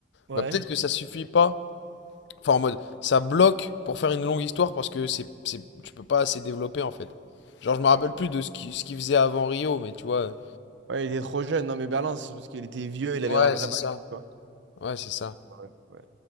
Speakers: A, on the right (about 65°); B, on the left (about 65°).
A: Ouais.
B: bah peut-être que ça suffit pas. Enfin, en mode, ça bloque pour faire une longue histoire parce que c'est, c'est, tu peux pas assez développer en fait. Genre, je me
A: Je
B: rappelle
A: sais pas.
B: plus de ce qui, ce qu'il faisait avant Rio, mais tu vois.
A: Ouais, il était trop jeune. Non, mais Berlin, c'est parce qu'il était vieux, il
B: Ouais,
A: avait un vrai
B: c'est
A: passé,
B: ça.
A: tu vois.
B: Ouais, c'est ça.
A: Ouais, ouais.